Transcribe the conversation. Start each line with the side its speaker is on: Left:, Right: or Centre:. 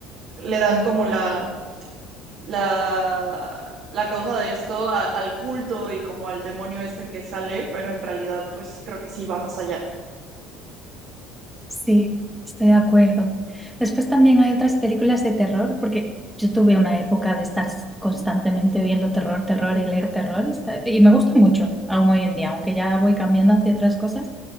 Right: le dan como la, la, la causa de esto a- al culto y como al demonio este que sale, pero en realidad pues creo que sí va más allá.
Centre: Sí, estoy de acuerdo. Después también hay otras películas de terror, porque yo tuve una época de estar constantemente viendo terror, terror y leer terror, está- y me gusta mucho aún hoy en día, aunque ya voy cambiando hacia otras cosas,